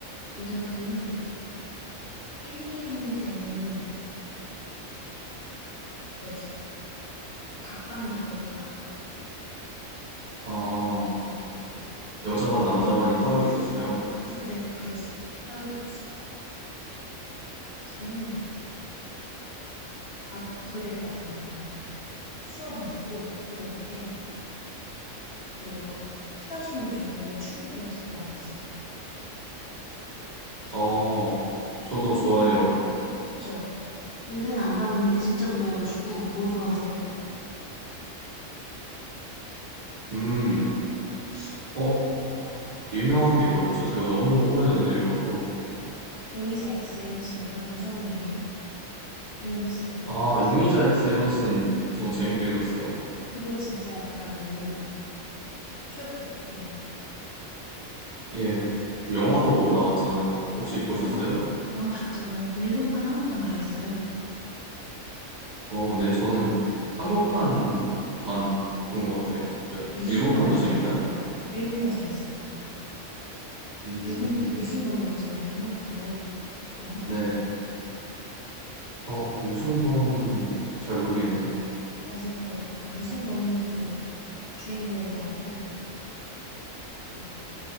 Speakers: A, on the left; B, on the right.
A: 고등학교는 1, 2학년 때는 그거였어요. 각반이라고 해야 되나?
B: 아,
A: 네.
B: 여자반, 남자반이 따로 있었어요.
A: 그때도 그랬어요. 따로 있었어요. 저는, 아, 그- 그랬다. 저는 수업 안 듣고 고등학교 때 그거 히가시노 게이고 추리소설 진짜 많이 봤어요.
B: 어, 저도 좋아해요.
A: 그쵸? 요새는 안 봤는데 진짜 좋아해가지고 뭐 좋아하세요?
B: 음, 어, 유명한 게 뭐 있죠? 제가 너무 오래전에 읽어서.
A: 용의자 X 현신이랑 유성의 인연, 동급생
B: 아,
A: 이런 거.
B: 용의자 X의 헌신 엄청 재밌게 읽었어요.
A: 그거 진짜 약간 너무 최고. 그냥
B: 예, 그 영화도 나왔잖아요. 혹시 보셨어요?
A: 영화 영화 봤죠. 일본판, 한국판 다 있어요.
B: 어, 네, 저는 한국판만 본 것 같아요. 여-
A: 류승범
B: 일본판도
A: 나오잖아요.
B: 재밌나요?
A: 일본판 재밌어요.
B: 음,
A: 류승, 류승범 나오잖아요. 한국판은. 맞나?
B: 네. 어, 류승범은 잘 모르겠네요.
A: 맞을 거예요. 아마 류승범이 그 주인공으로 나오고, 음,